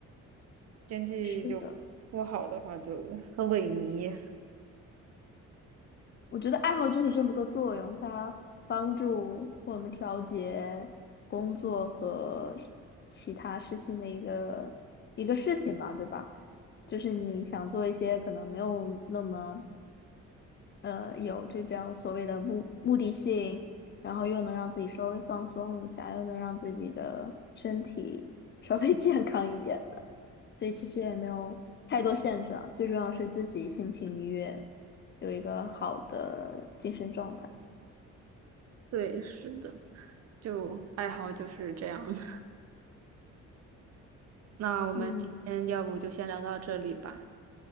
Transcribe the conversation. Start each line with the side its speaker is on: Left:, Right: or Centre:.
Right: 天气就不好的话，
Left: 是的。
Right: 就很萎靡。
Left: 我觉得爱好就是这么个作用，它帮助我们调节工作和是其他事情的一个一个事情吧，对吧？就是你想做一些可能没有那么呃有这种所谓的目目的性，然后又能让自己稍微放松一下，又能让自己的身体稍微 <laughs> 健康一点。所以其实也没有太多限制啊，最重要是自己心情愉悦，有一个好的精神状态。
Right: 对，是的，就爱好就是这样的。<laughs> 那我们今天要不就先聊到这里吧，
Left: 嗯，